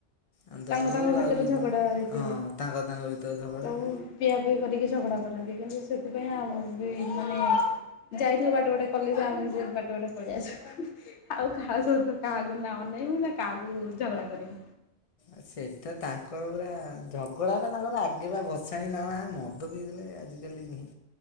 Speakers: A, on the left (about 45°); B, on the left (about 80°).
A: ଆନ୍ଦପୁର
B: ତାଙ୍କ ତାଙ୍କ ଭିତରେ
A: ଆଉ
B: ଝଗଡ଼ା ହେଇଥିବ।
A: ହଁ ତାଙ୍କ ତାଙ୍କ ଭିତରେ ଝଗଡ଼ା
B: ତ
A: ହଁ।
B: ଉ ପିଇଆ ପିଇ କରିକି ଝଗଡା କରନ୍ତି କିନ୍ତୁ ସେଥିପାଇଁ ଆମ ବି ମାନେ ଯାଇଥିବି ବାଟ ବାଟେ କଲେଜେ ଆମେ ସେ ବାଟେ ବାଟେ ପଳେଇ ଆସୁ ଆଉ କାହା ସହିତ କାହାକୁ ନା ଅନେଇବୁ ନା କାହାକୁ ଝଗଡ଼ା କରିବୁ।
A: ଆ ସେଟା ତାଙ୍କର ପୁରା ଝଗଡା ପା ତାଙ୍କର ଆଗେ ବା ଭସାଣି ନମା ମଦ ପିଇଦେଲେ ଆଜି ଦେଲିନି।